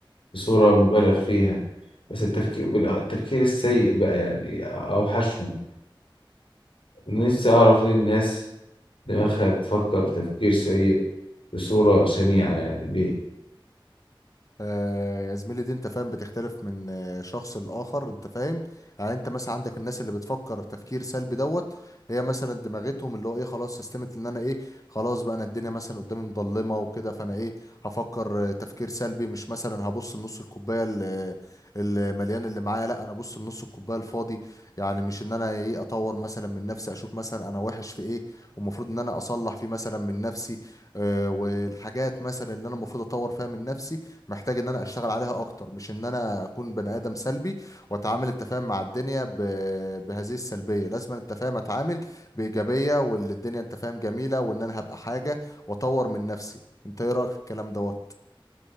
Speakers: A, on the left; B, on the left.
A: بصورة
B: امم
A: مبالغ فيها بس التفكير التفكير السيء بقى يعني أوحشهم أنا نفسي أعرف ليه الناس دماغها بتفكر تفكير سيء بصورة شنيعة يعني ليه؟
B: آه، يا زميلي دي انت فاهم بتختلف من آه، شخص لآخر انت فاهم يعني انت مثلا عندك الناس اللي بتفكر تفكير سلبي دوت هي مثلا دماغتهم اللي هو ايه خلاص سيستمت ان انا ايه خلاص بقى انا الدنيا مثلا قدامي مظلمة وكده فانا ايه هفكر آه، تفكير سلبي مش مثلا هبص لنص الكوباية ال- آه، المليان اللي معايا لا انا ابص لنص الكوباية الفاضي يعني مش ان انا ايه اطور مثلا من نفسي اشوف مثلا انا وحش في ايه والمفروض ان انا اصلح فيه مثلا من نفسي آه، والحاجات مثلا اللي انا المفروض اطور فيها من نفسي محتاج ان انا اشتغل عليها اكتر مش ان انا اكون بني ادم سلبي واتعامل التفاهم مع الدنيا ب... بهذه السلبيه لازم أن التفاهم اتعامل بايجابيه واللي الدنيا انت فاهم جميله وان انا هبقى حاجه واطور من نفسي انت ايه رايك في الكلام دوت